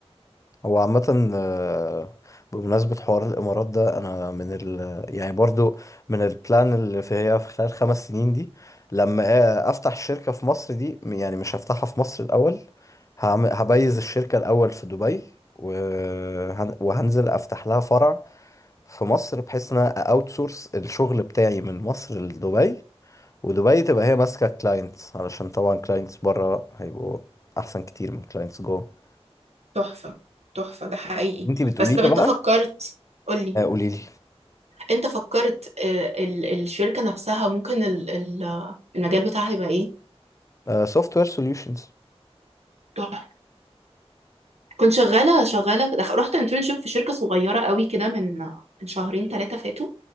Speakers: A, on the left; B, on the right.
A: هو عامة آه، بمناسبة حوار الإمارات ده أنا من ال يعني برضو من البلان اللي في هي في خلال خمس سنين دي لما آ- أفتح شركة في مصر دي م- يعني مش هفتحها في مصر الأول هعمل- هبيز الشركة الأول في دبي وهن- وهنزل أفتح لها فرع في مصر بحيث إن أنا أوت سورس الشغل بتاعي من مصر لدبي ودبي تبقى هي ماسكة كلاينتس علشان طبعا كلاينتس بره هيبقوا أحسن كتير من كلاينتس جوه
B: تحفة تحفة ده حقيقي
A: انتي بتقولي
B: بس
A: لي
B: طب انت
A: بقى
B: فكرت قولي
A: آه، قولي لي
B: انت فكرت آه، ال- الشركة نفسها ممكن ال- ال- المجال بتاعها يبقى ايه
A: سوفت وير سوليوشنز
B: تحفة كنت شغالة شغالة دخ- رحت انترنشيب في شركة صغيرة قوي كده من من شهرين ثلاثة فاتوا